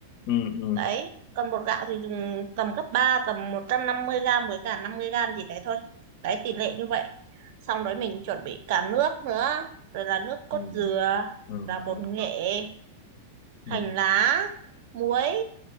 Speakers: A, on the left; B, on the right.
A: ừ
B: Đấy, còn bột gạo thì dùng tầm gấp ba tầm 150 gram với cả 50 gram gì đấy thôi. Đấy, tỷ lệ như vậy. Xong đấy mình chuẩn bị cả nước nữa, rồi là nước cốt
A: ừ
B: dừa,
A: ừ
B: là bột
A: ừ
B: nghệ, hành
A: ừ
B: lá, muối.